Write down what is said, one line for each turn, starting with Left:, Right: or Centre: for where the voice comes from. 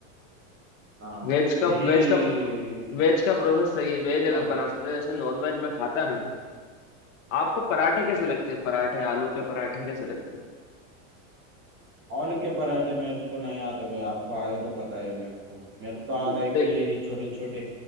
Right: हाँ
Left: है वेज का
Right: यही
Left: वेज का वेज का प्रोसेस सही है वेज
Right: हाँ
Left: अगर
Right: भाई
Left: बना सकते हैं जैसे नॉनवेज में खाता नहीं हूँ आपको पराठे कैसे लगते हैं पराठे आलू के पराठे कैसे लगते हैं
Right: आलू के पराठे मेरे को तो नहीं आता भाई आपको आए तो बताइए मेरे को मेरे को तो आता है
Left: ले,
Right: कि यही छोटे छोटे